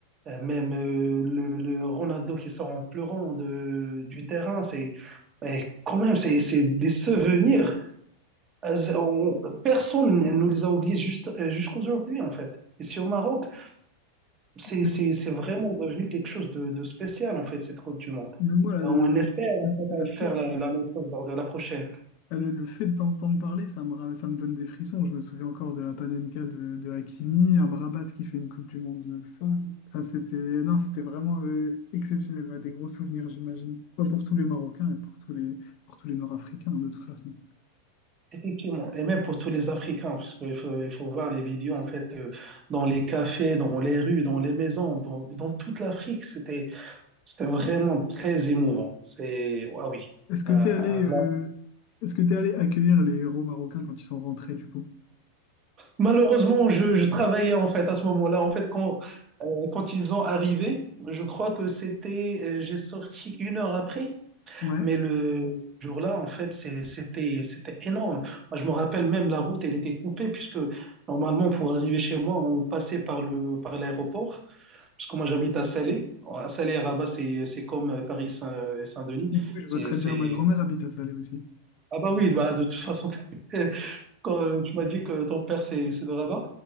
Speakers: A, on the right; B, on the left.
A: euh, même euh, le, le Ronaldo qui sort en pleurant de, du terrain. C'est eh, quand même c'est c'est des souvenirs. Euh, on- personne ne nous les a oubliés juste euh, jusqu'aujourd'hui en fait. Ici au Maroc, c'est
B: Mais
A: c'est c'est vraiment devenu quelque chose de, de spécial en fait cette Coupe du Monde.
B: mais moi, là,
A: On
B: le, le,
A: espère en fait,
B: le fait,
A: faire la, la même chose lors de la prochaine.
B: Ah, Le, le fait de t'entendre parler, ça me, ra- ça me donne des frissons. Je me souviens encore de la Panenka de, de Hakimi, un Rabat qui fait une Coupe du Monde de fin. Enfin, c'était, non, c'était vraiment euh, exceptionnel. Ouais, des gros souvenirs, j'imagine. Ouais, pour tous les Marocains et pour tous les, pour tous les Nord-Africains, hein, de toute façon.
A: Effectivement, et même pour tous les Africains, parce qu'il faut, il faut voir les vidéos en fait euh, dans les cafés, dans les rues, dans les maisons, dans, dans toute l'Afrique, c'était c'était vraiment très émouvant. C'est ah oui.
B: Est-ce que
A: Euh, là-
B: tu es allé, euh, est-ce que tu allé accueillir les héros marocains quand ils sont rentrés, du coup?
A: Malheureusement, je, je travaillais en fait à ce moment-là. En fait, quand euh, quand ils ont arrivé, je crois que c'était euh, j'ai sorti une heure après.
B: Ouais.
A: Mais le jour-là, en fait, c'est- c'était, c'était énorme. Moi, je me rappelle même la route, elle était coupée, puisque normalement, pour arriver chez moi, on passait par le, par l'aéroport. Parce que moi, j'habite à Salé. À Salé, et Rabat, c'est, c'est comme Paris-Saint-Denis.
B: Oui, je
A: C'est,
B: vois très
A: c'est...
B: bien. Ma grand-mère habite à Salé aussi.
A: Ah bah oui, bah, de toute façon, <laughs> quand euh, tu m'as dit que ton père, c'est c'est de Rabat.